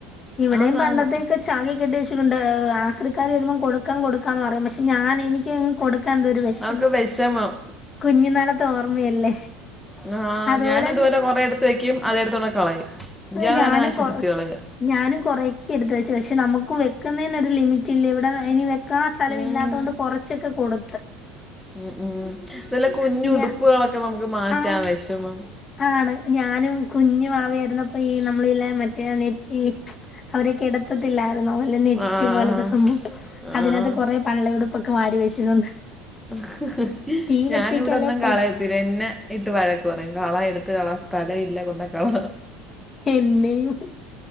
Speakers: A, on the left; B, in the centre.
A: ഇവിടെയും
B: ആന്നാന്ന്
A: പണ്ടത്തെയൊക്കെ ചാക്കി കെട്ടി വെച്ചിട്ടുണ്ട് ആക്രിക്കാർ വരുമ്പോം കൊടുക്കാം കൊടു <unintelligible> പറയും പക്ഷെ ഞാന് എനിക്കങ്ങ് കൊടു <unintelligible> എന്തൊരു വിഷമം
B: നമുക്ക് വിഷമം
A: കുഞ്ഞു നാളത്തെ ഓർമ്മയല്ലേ
B: ആഹ്
A: അതുപോലെ
B: ഞാനതു പോലെ കൊറെ എടുത്ത് വെക്കും അതെടുത്തു കൊണ്ടോയി കളയും
A: ഹ്
B: ഇയാൾ
A: ഞാനും
B: തന്നെ നശിപ്പിച്ച്
A: കൊ
B: കളയുക
A: ഞാനും കൊറെക്കെ എടുത്തു വെച്ചു പക്ഷെ നമ്മുക്ക് വെ ക്കുന്നതിനൊക്കെ ഒരു ലിമിറ്റ് ഇല്ലെ ഇവിടെ അയ്നു വെ <unintelligible> സ്ഥലമില്ലാത്തോണ്ട്
B: ഉം.
A: കുറച്ചൊക്കെ കൊടുത്ത്
B: ഉം ഉം ഇതിലെ കുഞ്ഞുടുപ്പുകളൊക്കെ
A: പിന്നെ
B: നമുക്ക് മാറ്റാൻ
A: ആ
B: വിഷമം
A: ആണ് ഞാനും കുഞ്ഞു വാവയായിരുന്ന ഈ നമ്മളില്ലേ മറ്റേ നെറ്റി അവരെ കേടാത്തത്തില്ല <unintelligible> നെറ്റ്
B: ആഹ്
A: പോലത്തെ സംഭവം
B: ആഹ്
A: അതിനകത്ത് കുറെ പള്ളയുടു ഇപ്പൊക്കെ വാരി വെച്ചിട്ടുണ്ട്
B: ഹ് ഹ്
A: തീ
B: ഞാനിവിടെ
A: കത്തിക്കല്ലേ
B: ഒന്നും
A: കൈ
B: കളയത്തില്ല എന്നെ ഇട്ട് വഴക്ക് പറയും കള എടുത്ത് കള സ്ഥലം ഇല്ല കൊണ്ടയ് കള
A: എന്നെയും